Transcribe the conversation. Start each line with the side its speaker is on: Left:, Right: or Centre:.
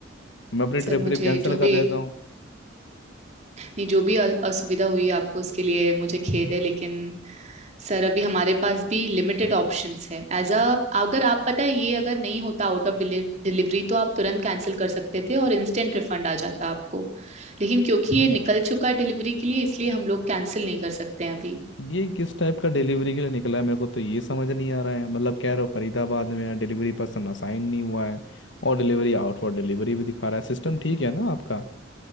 Left: मैं अपनी
Right: सर
Left: ट्रिप
Right: मुझे
Left: ट्रिप कैंसिल
Right: जो
Left: कर
Right: भी
Left: देता हूँ
Right: नहीं जो भी अ- असुविधा हुई आपको उसके लिए मुझे खेद है लेकिन सर अभी हमारे पास भी लिमिटेड ऑप्शंस है एज अ अगर आप पता है ये अगर नहीं होता आउट ऑफ डिलीवरी तो आप तुरंत कैंसिल कर सकते थे और इंस्टेंट रिफंड आ जाता आपको लेकिन क्योंकि ये निकल चुका है डिलीवरी के लिए इसलिए हम लोग कैंसिल नहीं कर सकते हैं अभी
Left: ये किस टाइप का डिलीवरी के लिए निकला है मेरे को तो ये समझ नहीं आ रहा है मतलब कह रहे हो फरीदाबाद में है डिलीवरी पर्सन असाइन नहीं हुआ है और डिलीवरी आउट फॉर डिलीवरी भी दिखा रहा है सिस्टम ठीक है ना आपका?